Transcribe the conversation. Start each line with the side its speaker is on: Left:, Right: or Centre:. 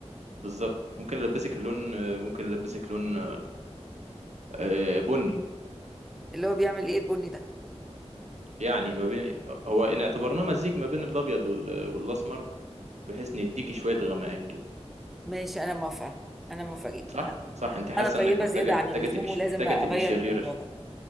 Right: بالظبط ممكن البسك اللون ممكن البسك لون آه، بني
Centre: اللي هو بيعمل ايه البني ده
Right: يعني ما بين هو ان اعتبرناه مزيج ما بين الابيض وال- والاسمر بحيث نديكي شويه غمقان كده
Centre: ماشي انا موافقه انا موافقه جدا
Right: صح
Centre: انا
Right: صح انت حاسه
Centre: أنا طيبه
Right: انك محتاجه
Centre: زياده عن
Right: محتاجه
Centre: اللزوم
Right: تبقي
Centre: ولازم
Right: ش- محتاجه
Centre: اغير
Right: تبقي شريره
Centre: الموضوع
Right: شويه
Centre: ده